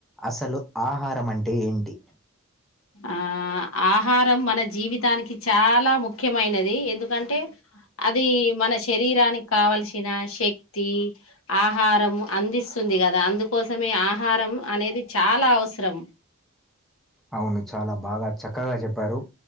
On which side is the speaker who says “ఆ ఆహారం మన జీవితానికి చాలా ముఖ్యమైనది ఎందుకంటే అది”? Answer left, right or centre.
Left